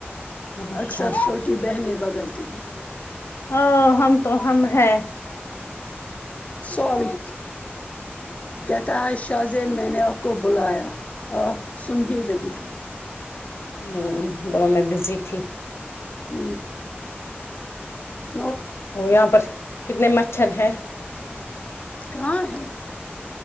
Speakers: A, on the left; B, on the left.
A: اچھا
B: اکثر چھوٹی بہنیں بدلتی ہیں
A: ا ہم تو ہم ہے
B: سوری کہتا ہے شاہ زیب میں نے آپ کو بلایا آپ سن ہی رہی ہو
A: ہ بول میں بزی پھی <unintelligible>
B: ہ <unintelligible>
A: وہ یہاں پر <unintelligible> کتنے مچھر ہیں <unintelligible>
B: کہاں ہے <unintelligible>